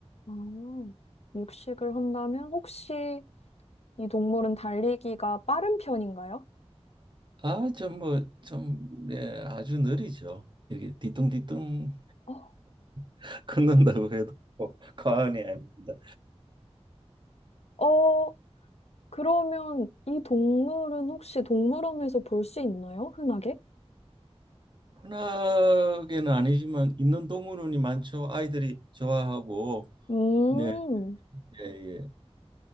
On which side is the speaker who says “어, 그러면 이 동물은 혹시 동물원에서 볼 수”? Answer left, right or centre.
Left